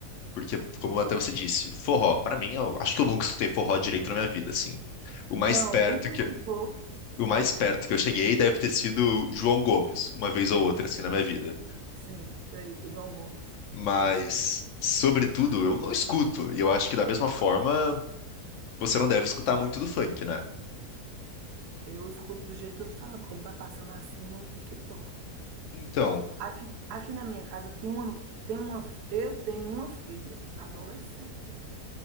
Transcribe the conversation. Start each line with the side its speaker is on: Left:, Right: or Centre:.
Left: Porque, como até você disse, forró, pra mim, eu acho que eu nunca escutei forró direito na minha vida, assim. O
Right: Não,
Left: mais perto
Right: nunca
Left: que,
Right: escutou.
Left: o mais perto que eu cheguei deve ter sido João Gomes, uma vez ou outra, assim, na minha vida.
Right: Sim, sei, o João Gomes,
Left: Mas,
Right: conheço também.
Left: sobretudo, eu não escuto. E eu acho que da mesma forma, você não deve escutar muito do funk, né?
Right: Eu escuto do jeito que eu tô falando, quando vai passando assim no TikTok.
Left: Então,
Right: Aqui, aqui na minha casa tem uma, tem uma, eu tenho uma filha adolescente